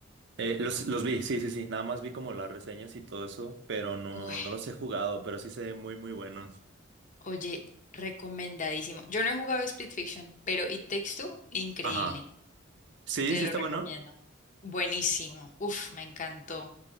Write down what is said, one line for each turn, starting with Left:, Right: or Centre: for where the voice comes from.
Right: Eh, los, los vi, sí, sí, sí. Nada más vi como las reseñas y todo eso, pero no,
Left: Uy,
Right: no los he jugado, pero sí se ven muy, muy buenos.
Left: oye, recomendadísimo. Yo no he jugado Split Fiction, pero It Takes Two, increíble.
Right: Ajá. Sí,
Left: Te
Right: sí
Left: lo
Right: está
Left: recomiendo.
Right: bueno.
Left: Buenísimo. Uf, me encantó.